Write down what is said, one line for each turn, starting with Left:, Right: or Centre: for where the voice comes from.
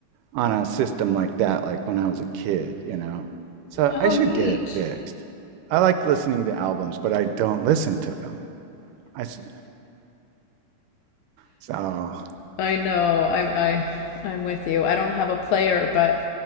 Right: on a system like that, like when I was a kid, you know. So
Left: Oh,
Right: I should
Left: neat.
Right: get it fixed. I like listening to albums, but I don't listen to them. I s- so
Left: I know. I'm I I'm with you. I don't have a player, but